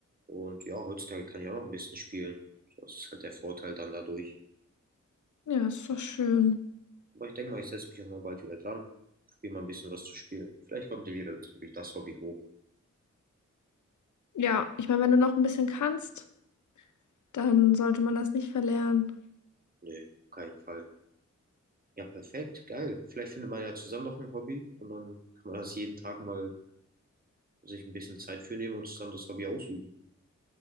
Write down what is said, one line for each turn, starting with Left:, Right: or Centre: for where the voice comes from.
Right: Und ja, heutzutage kann ich auch noch ein bisschen spielen. Das ist halt der Vorteil dann dadurch.
Left: ja, ist doch schön.
Right: Aber ich denke mal, ich setze mich auch mal bald wieder dran, probiere mal ein bisschen was zu spielen. Vielleicht kommt dir wieder das Hobby, das Hobby hoch.
Left: Ja, ich meine, wenn du noch ein bisschen kannst. Dann sollte man das nicht verlernen.
Right: Nee, auf keinen Fall. Ja, perfekt, geil. Vielleicht findet man ja zusammen noch ein Hobby und dann kann man das jeden Tag mal sich ein bisschen Zeit für nehmen und zusammen das Hobby ausüben.